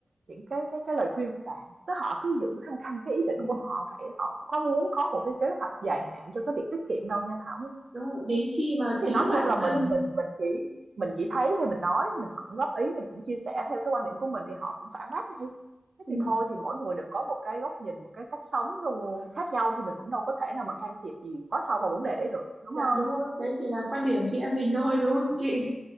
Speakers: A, on the right; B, on the right.
A: những cái cái cái lời khuyên của bạn." Tức họ cứ giữ khăng khăng cái ý định
B: ừ,
A: của họ vậy, họ không có muốn có một cái kế hoạch dài hạn cho cái việc tiết kiệm đâu nha Thảo nha.
B: đúng rồi. đến khi mà chính
A: Thì nói
B: bản
A: chung là
B: thân
A: mình mình mình chỉ mình chỉ thấy thôi mình nói, mình cũng góp ý, mình cũng chia sẻ theo cái quan điểm của mình thì họ cũng phản bác ngay. Thế
B: ừ,
A: thì thôi thì mỗi người đều có một cái góc nhìn, một cái cách sống luôn khác nhau thì mình cũng đâu có thể nào mà can thiệp gì quá sâu vào vấn đề đấy được, đúng
B: dạ
A: không
B: đúng rồi đấy chỉ là quan điểm chị em mình thôi đúng không chị